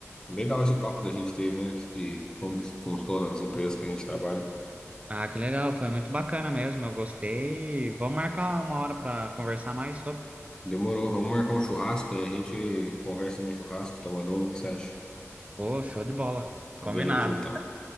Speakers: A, on the left; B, on the right.
A: legal esse papo que a gente teve, né? De como que funciona as empresas que a gente trabalha.
B: Ah, que legal, foi muito bacana mesmo, eu gostei. Vamos marcar uma hora para conversar mais sobre.
A: Demorou, vamos marcar um churrasco e a gente conversa no churrasco, tomando uma, o que você acha?
B: Ô, show de bola.
A: Então,
B: Combinado.
A: beleza, então.